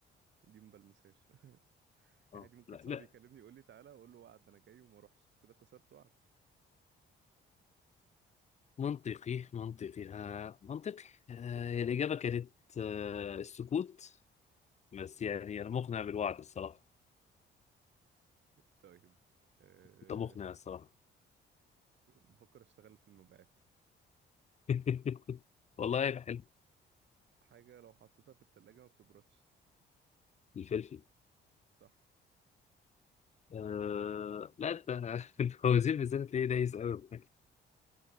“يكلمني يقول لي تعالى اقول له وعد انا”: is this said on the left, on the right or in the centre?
Right